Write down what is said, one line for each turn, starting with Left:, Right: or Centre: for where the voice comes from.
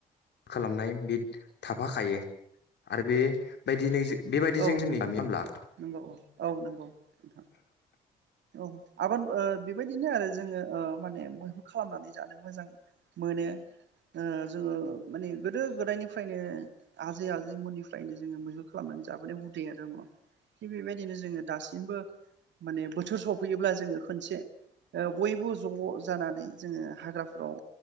Left: खालामनाय बे थाफाखायो आरो बेबायदिनो बेबायदिजों
Right: औ
Left: जोंनि
Right: नंगौ
Left: गामि
Right: नंगौ
Left: होमब्ला
Right: नंगौ औ औ नंगौ नोंथां। औ आबोद ओ बेबायदिनो आरो जोङो ओ माने मैहुर खालामनानै जानो मोजां मोनो ओ जोङो माने गोदो गोदायनिफ्रायनो आजै आजैमोननिफ्रायनो जोङो मैहुर खालामनानै जाबोनाय हुदैया दङ थिग बेबायदिनो जोङो दासिमबो माने बोथोर सफैयोब्ला जोङो खोनसे ओ बयबो ज' जानानै जोङो हाग्राफोराव